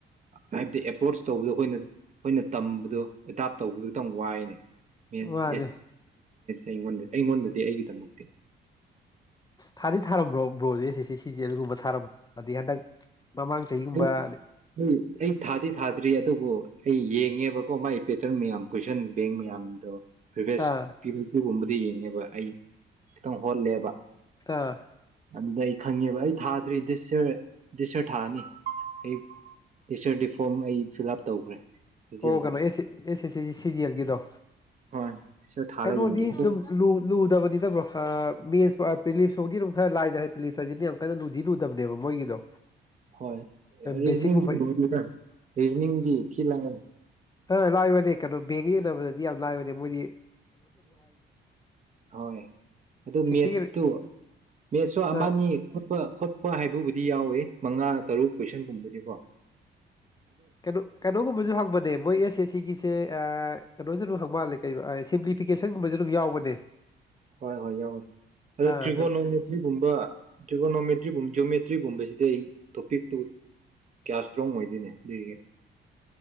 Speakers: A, on the right; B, on the left.
A: ꯍꯥꯏꯕꯗꯤ ꯑꯦꯄ꯭ꯔꯣꯆ ꯇꯧꯕꯗꯣ ꯑꯩꯈꯣꯏꯅ ꯑꯩꯈꯣꯏꯅ ꯇꯝꯕꯗꯣ ꯑꯦꯗꯥꯞ ꯇꯧꯕꯗꯨ ꯈꯤꯇꯪ ꯋꯥꯏꯅꯦ ꯁ
B: ꯃꯥꯅꯦ
A: ꯑꯩꯉꯣꯟꯗꯗꯤ ꯑꯩꯉꯣꯟꯗꯗꯤ ꯑꯩꯒꯤꯗꯃꯛꯇꯤ
B: ꯊꯥꯗꯤ ꯊꯥꯔꯝꯕ꯭ꯔꯣ ꯕ꯭ꯔꯣꯁ ꯁꯤ ꯁꯤ ꯁꯤꯁꯦ ꯑꯗꯨꯒꯨꯝꯕ ꯊꯥꯔꯝꯗꯤ ꯍꯟꯗꯛ ꯃꯃꯥꯡ ꯆꯍꯤꯒꯨꯝꯕ
A: ꯑꯩ
B: ꯑ
A: ꯑꯩ ꯑꯩ ꯊꯥꯗꯤ ꯊꯥꯗ꯭ꯔꯤ ꯑꯗꯨꯕꯨ ꯑꯩ ꯌꯦꯡꯉꯦꯕꯀꯣ ꯃꯥꯒꯤ ꯄꯦꯇꯔꯟ ꯃꯌꯥꯝ ꯀꯨꯣꯏꯁꯟ ꯕꯦꯡ ꯃꯌꯥꯝꯗꯣ ꯄꯁ
B: ꯑꯥ
A: ꯄꯤꯒꯝꯕꯗꯤ ꯌꯦꯡꯉꯦ ꯑꯗꯨꯒ ꯑꯩ ꯈꯤꯇꯪ ꯍꯣꯜꯂꯦꯕ
B: ꯑꯥ
A: ꯑꯗꯨꯗ ꯑꯩ ꯈꯪꯉꯦꯕ ꯑꯩ ꯊꯥꯗ꯭ꯔꯤꯟꯗꯤꯔꯟꯗꯤꯁꯔꯠ ꯊꯥꯑꯅꯤ ꯍ ꯏꯁꯔ ꯗꯤ ꯐꯣꯝ ꯑꯩ ꯐꯤꯜ ꯑꯞ ꯇꯧꯈ꯭ꯔꯦ ꯁꯤꯖꯦꯜꯒꯤꯗꯣ
B: ꯑꯣ ꯀꯩꯅꯣ ꯑꯦ ꯑꯦꯁ ꯑꯦꯁ ꯑꯦ ꯁꯤꯔꯤꯌꯦꯜꯒꯤꯗꯣ
A: ꯍꯣꯏ ꯗꯤꯁ ꯌꯔ ꯊꯥꯔ
B: ꯀꯩꯅꯣꯗꯤ
A: ꯌꯦꯡꯒꯦ
B: ꯑꯗꯨꯝ ꯂꯨꯗꯕꯅꯤꯠꯇꯕ꯭ꯔꯣ ꯃꯦꯟꯁ ꯄꯤꯂꯤꯞꯁꯨꯥꯎꯗꯤ ꯑꯗꯨꯝ ꯈꯔ ꯂꯥꯏꯗ ꯍꯥꯏ ꯄꯤꯂꯤꯞ ꯍꯥꯏꯁꯤꯗꯤꯅ ꯌꯥꯝ ꯀꯟꯅꯨꯗꯤꯔꯨꯗꯕ ꯃꯣꯏꯒꯤꯗꯣ
A: ꯍꯣꯏ ꯔꯤꯖꯅꯤꯡꯒꯤ
B: ꯕꯦꯁꯤꯛꯒꯨꯝꯕ
A: ꯔꯤꯖꯅꯤꯡꯒꯤ ꯊꯤ ꯂꯪ
B: ꯑ ꯂꯥꯏꯕꯦꯔꯤ ꯀꯩꯅꯣ ꯦꯒ ꯅ ꯌꯥꯝ ꯂꯥꯏꯕꯔꯤ ꯑꯗꯨ ꯃꯣꯏ
A: ꯍꯣꯏ ꯑꯗꯨ
B: ꯁꯤꯇꯤꯒꯤ
A: ꯃꯦꯠꯁꯇꯨ ꯃꯦꯠꯁꯁꯨ ꯑꯃꯅꯤꯠꯄ
B: ꯑꯥ
A: ꯈꯣꯠꯄ ꯍꯥꯏꯕꯕꯨꯗꯤ ꯌꯥꯎꯋꯤ ꯃꯉꯥ ꯇꯔꯨꯛ ꯀꯣꯏꯁꯟ ꯄꯨꯝꯕꯅꯤꯀꯣ
B: ꯀꯩꯅꯣ ꯀꯩꯅꯣꯒꯨꯝꯕꯁꯨ ꯍꯪꯕꯅꯦ ꯃꯣꯏ ꯑꯦꯁ ꯑꯦ ꯁꯤꯒꯤꯁꯦ ꯅꯣꯁꯨ ꯑꯗꯨꯝ ꯍꯪ ꯃꯥꯜꯂꯦ ꯀꯩ ꯁꯤꯝꯄꯂꯤꯐꯤꯀꯦꯁꯟꯒꯨꯝꯕꯁꯨ ꯑꯗꯨꯝ ꯌꯥꯎꯕꯅꯦ
A: ꯍꯣꯏ ꯍꯣꯏ ꯌꯥꯎꯋꯦ ꯑꯗꯨ
B: ꯑꯥ
A: ꯇ꯭ꯔꯤꯒꯣꯅꯣꯃꯦꯇ꯭ꯔꯤꯒꯨꯝꯕ
B: ꯑꯗꯨꯝ
A: ꯇ꯭ꯔꯤꯒꯣꯅꯣꯃꯦꯇ꯭ꯔꯤꯒꯨꯝꯕ ꯖꯌꯣꯃꯦꯇ꯭ꯔꯤꯒꯨꯝꯕꯁꯤꯗꯤ ꯑꯩ ꯇꯣꯄꯤꯛꯇꯨ ꯀꯌꯥ ꯏꯁꯇ꯭ꯔꯣꯡ ꯑꯣꯏꯗꯦ ꯑꯗꯨꯅꯦ ꯑꯗꯨꯒ